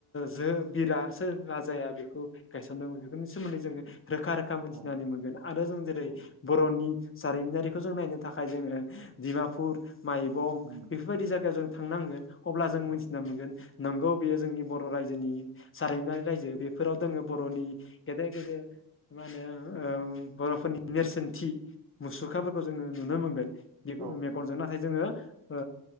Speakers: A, on the left; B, on the right.
A: जो- बिरा सोर राजाया बेखौ गायसनदों बेफोरनि सोमोन्दै जोङो रोखा- रोखा मोनथिनानै
B: औ
A: मोनगोन आरो जों जेरै
B: औ
A: बर'नि जारिमिनारिखौ जों नायनो थाखाय जोङो डिमापुर, माइबं
B: उम
A: बेफोरबायदि जायगायाव जों थांनांगोन अब्ला जों मिथिना
B: औ
A: मोनगोन नोंगौ बेयो जोंनि बर' रायजोनि जारिमिनारि रायजो बेफोराव जोङो बर'नि गेदेर- गेदेर मा होनो बर'फोरनि नेरसोनथि मुसुखाफोरखौ जोङो नुनो मोनगोन।
B: औ
A: मेगनजों नाथाय जोङो ओ